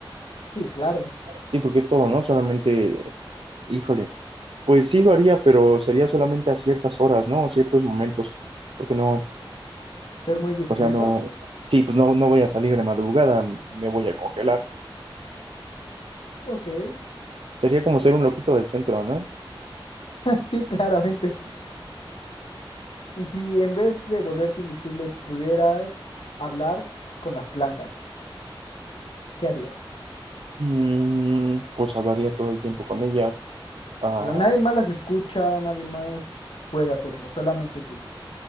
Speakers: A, on the left (about 85°); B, on the right (about 80°).
A: Sí, claro.
B: Sí, porque es todo, ¿no? Solamente, híjole, pues sí lo haría, pero sería solamente a ciertas horas, ¿no? Ciertos momentos, porque no,
A: Ser muy discreto.
B: o sea, no, sí, pues no, no voy a salir de madrugada, me voy a congelar.
A: Ok. <laughs>
B: Sería como ser un loquito del centro, ¿no?
A: Sí, claramente. Y si en vez de volverte invisible pudieras hablar con las plantas, ¿qué harías?
B: Mm, pues hablaría todo el tiempo con ellas. Ah,
A: Pero nadie más las escucha, nadie más puede hacerlo, solamente tú.